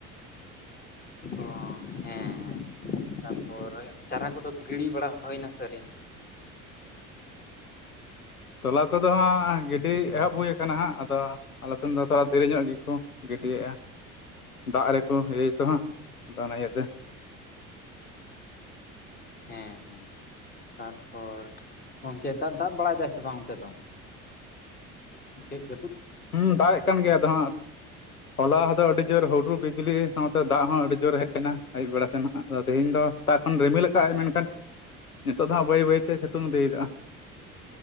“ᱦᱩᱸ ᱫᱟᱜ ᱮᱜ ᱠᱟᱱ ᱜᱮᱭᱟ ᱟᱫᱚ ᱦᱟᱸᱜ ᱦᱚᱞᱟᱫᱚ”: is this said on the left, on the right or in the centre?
Left